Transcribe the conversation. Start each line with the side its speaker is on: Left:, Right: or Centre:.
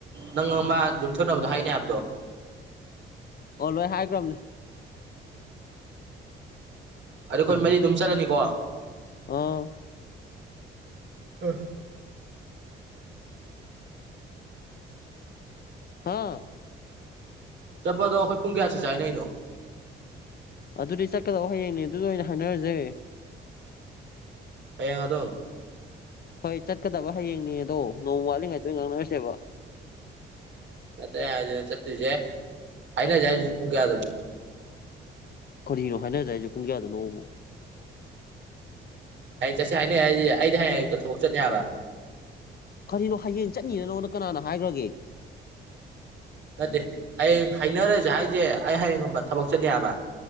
Right: ꯅꯪ ꯑꯃꯥ ꯌꯨꯝꯊꯣꯛꯅꯕꯗꯣ ꯍꯥꯏꯅꯤ ꯍꯥꯏꯕꯗꯣ
Left: ꯑꯣ ꯂꯣꯏ ꯍꯥꯏꯈ꯭ꯔꯕꯅꯤ
Right: ꯑꯗꯨ ꯑꯈꯣꯏ ꯃꯔꯤ ꯑꯗꯨꯝ ꯆꯠꯂꯅꯤꯀꯣ
Left: ꯑꯥ
Right: ꯑ
Left: ꯍꯥꯥ
Right: ꯆꯠꯄꯗꯣ ꯑꯈꯣꯏ ꯄꯨꯡ ꯀꯌꯥ ꯆꯠꯁꯦ ꯍꯥꯏꯅꯩꯅꯣ
Left: ꯑꯗꯨꯗꯤ ꯆꯠꯀꯗꯧꯕ ꯍꯌꯦꯡꯅꯦ ꯑꯗꯨꯗ ꯑꯣꯏꯅ ꯍꯥꯏꯅꯔꯁꯦ
Right: ꯍꯌꯦꯡ ꯑꯗꯨꯝ
Left: ꯍꯣꯏ ꯆꯠꯀꯗꯕ ꯍꯌꯦꯡꯅꯦ ꯑꯗꯣ ꯅꯣꯡ ꯋꯥꯠꯂꯤꯉꯩꯗ ꯑꯣꯏ ꯉꯥꯡꯅꯔꯁꯦꯕ
Right: ꯅꯠꯇꯦ ꯑꯩ ꯍꯥꯏꯖꯦ ꯆꯠꯇꯨꯏꯁꯦ ꯍꯥꯏꯅꯁꯦ ꯍꯥꯏꯁꯤꯁꯨ ꯄꯨꯡ ꯀꯌꯥꯗꯅꯣ
Left: ꯀꯔꯤꯅꯣ ꯍꯥꯏꯅꯖꯦꯁꯦ ꯍꯥꯏꯖꯦ ꯄꯨꯡ ꯀꯌꯥꯗꯅꯣꯕꯣ
Right: ꯍꯌꯦꯡ ꯆꯠꯁꯦ ꯍꯥꯏꯅꯩ ꯑꯩꯁꯦ ꯑꯩꯗꯤ ꯍꯌꯦꯡ ꯑꯌꯨꯛꯇ ꯊꯕꯛ ꯆꯠꯅꯤ ꯍꯥꯏꯕ
Left: ꯀꯔꯤꯅꯣ ꯍꯌꯦꯡ ꯆꯠꯅꯤꯅ ꯅꯉꯣꯟꯗ ꯀꯅꯥꯅ ꯍꯥꯏꯈ꯭ꯔꯒꯦ
Right: ꯅꯠꯇꯦ ꯍꯌꯦꯡ ꯍꯥꯏꯅꯔꯁꯦ ꯍꯥꯏꯁꯦ ꯑꯩ ꯍꯌꯦꯡꯒꯨꯝꯕ ꯊꯕꯛ ꯆꯠꯅꯤ ꯍꯥꯏꯕ